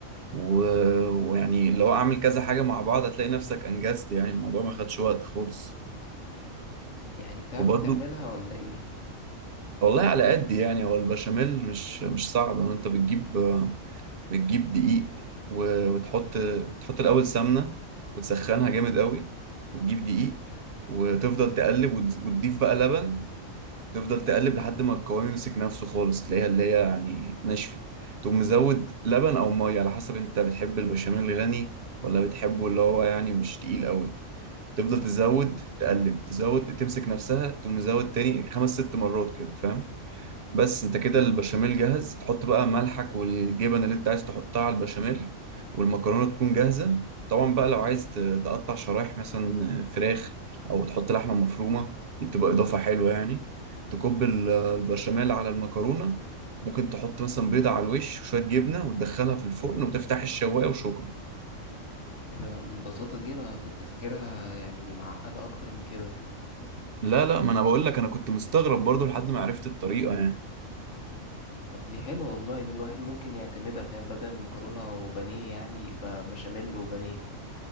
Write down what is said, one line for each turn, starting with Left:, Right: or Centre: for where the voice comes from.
Right: و... ويعني لو اعمل كذا حاجه مع بعض هتلاقي نفسك انجزت يعني الموضوع ما خدش وقت خالص
Left: يعني بتعرف
Right: وبرضو
Left: تعملها ولا إيه؟
Right: والله على قد يعني هو البشاميل مش مش صعب يعني انت بتجيب بتجيب دقيق و... وتحط تحط الاول سمنه وتسخنها جامد قوي وتجيب دقيق وتفضل تقلب وتز- وتضيف بقى لبن تفضل تقلب لحد ما القوام يمسك نفسه خالص تلاقيها اللي هي يعني اتنشفت تقوم مزود لبن او ميه على حسب انت بتحب البشاميل الغني ولا بتحبه اللي هو يعني مش تقيل قوي تفضل تزود تقلب تزود تمسك نفسها تقوم مزود تاني خمس ست مرات كده فاهم بس انت كده البشاميل جاهز تحط بقى ملحك والجبن اللي انت عايز تحطها على البشاميل والمكرونة تكون جاهزة طبعا بقى لو عايز ت- تقطع شرايح مثلا فراخ او تحط لحمة مفرومة دي بتبقى اضافة حلوة يعني تكب ال- البشاميل على المكرونة ممكن تحط مثلا بيضة على الوش وشوية جبنة وتدخلها في الفرن وتفتح الشواية وشكرا
Left: إيه ده بالبساطة دي أنا كنت فاكرها يعني معقدة أكتر من كده
Right: لا لا ما انا بقول لك انا كنت مستغرب برضو لحد ما عرفت الطريقة يعني
Left: طب دي حلوة والله دي الواحد ممكن يعتمدها فاهم بدل المكرونة وبانيه يعني يبقى بشاميل وبانيه